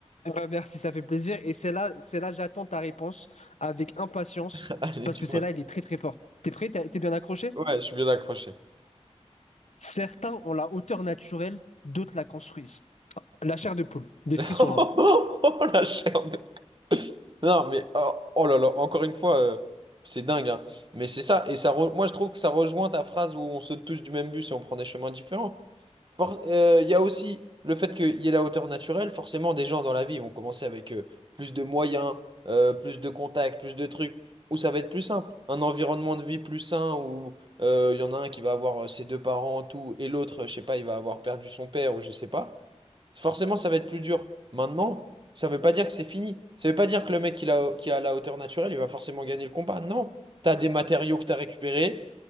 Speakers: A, on the left (about 75°); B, on the right (about 45°).
A: Eh ben, merci, ça fait plaisir. Et celle-là, celle-là, j'attends ta réponse avec impatience
B: <laughs> Allez,
A: parce
B: tu
A: que celle-là,
B: vois.
A: elle est très très forte. T'es prêt? T'as- T'es bien accroché?
B: Ouais, je suis bien accroché.
A: Certains ont la hauteur naturelle, d'autres la construisent. La chair de poule, des
B: <laughs>
A: frissons
B: Oh,
A: là.
B: la chair de- Non, mais oh, oh là là, encore une fois, euh, c'est dingue. hein. Mais c'est ça. Et ça re- moi, je trouve que ça rejoint ta phrase où on se touche du même bus et on prend des chemins différents. For- euh, Il y a aussi le fait qu'il y ait la hauteur naturelle. Forcément, des gens dans la vie vont commencer avec euh, plus de moyens, euh, plus de contacts, plus de trucs, où ça va être plus simple. Un environnement de vie plus sain, où euh, il y en a un qui va avoir euh, ses deux parents, tout, et l'autre, je sais pas, il va avoir perdu son père ou je sais pas. Forcément, ça va être plus dur. Maintenant, ça veut pas dire que c'est fini. Ça veut pas dire que le mec qui a, qui a la hauteur naturelle, il va forcément gagner le combat. Non. Tu as des matériaux que tu as récupérés,